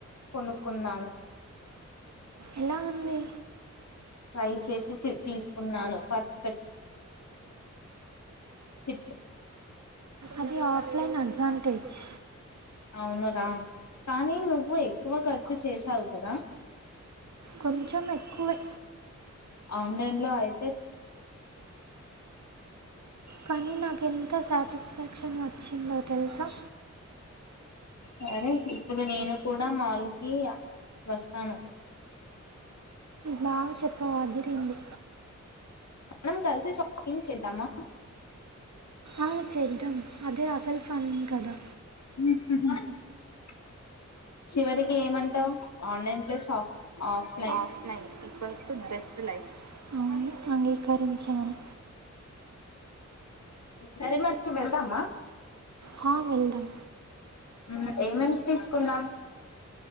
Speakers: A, on the left; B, on the right.
A: కొనుక్కున్నాను
B: ఎలా ఉంది
A: ట్రై చేసి చెక్ తీసుకున్నాను పర్ఫెక్ట్ ఫిట్
B: అది ఆఫ్లైన్ అడ్వాంటేజ్
A: అవునురా కానీ నువ్వు ఎక్కువ ఖర్చు చేసావు కదా
B: కొంచెం ఎక్కువె
A: ఆన్లైన్ లో అయి
B: కానీ నాకెన్ త సాటిస్ఫాక్షన్ వచ్చిందో తెలుసా
A: సరే ఇప్పుడు నేను కూడా మాల్ కి వస్తాను
B: బాగ చెప్ ఆ అదిరింది
A: మనం కలిసి షాపింగ్ చేద్దామా
B: ఆ చేద్దాం అదే అసలు ఫన్ కదా
A: హు చివరికి ఏమంటావు online place of of
B: offline equals to best life అవును అంగీకరించాను
A: సరే మరి వెళ్దామా
B: హా వెళ్దాం
A: ఉ ఏమేమి తీసుకుందాం